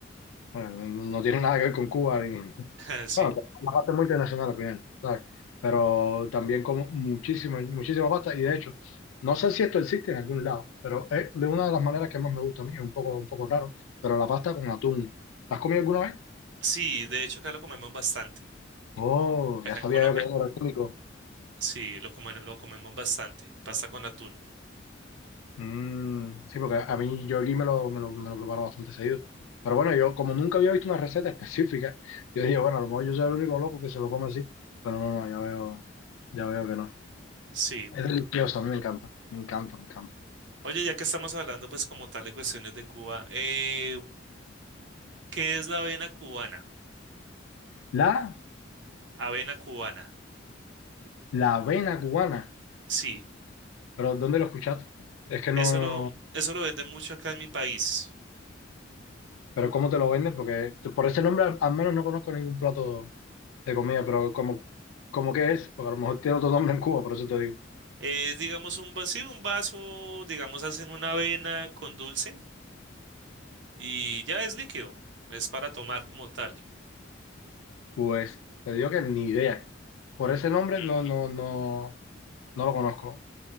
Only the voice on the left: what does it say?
bueno, no, no no tiene <laughs> nada que ver con Cuba, ni-
bueno, la pasta es muy internacional al final, ¿sabes? Pero también como muchísima, muchísima pasta y de hecho, no sé si esto existe en algún lado, pero es de una de las maneras que más me gusta a mí, es un poco, un poco raro, pero la pasta con atún. ¿La has comido alguna vez?
Oh,
ya sabía
yo que era orgánico.
Mm, sí, porque a mí yo aquí me lo, me lo, me lo preparo bastante seguido. Pero bueno, yo como nunca había visto una receta <laughs> específica, yo dije, bueno, a lo mejor yo soy el único loco que se lo come así. Pero no, no, ya veo, ya veo que no.
Es delicioso, a mí me encanta, me encanta, me encanta.
La,
la avena cubana.
Pero ¿dónde lo escuchaste? Es que
no,
pero ¿cómo te lo venden? Porque tú- por ese nombre al, al menos no conozco ningún plato de comida, pero como, como que es, porque a lo mejor tiene otro nombre en Cuba, por eso te digo.
Pues te digo que ni idea. Por
ese nombre no, no, no, no lo conozco.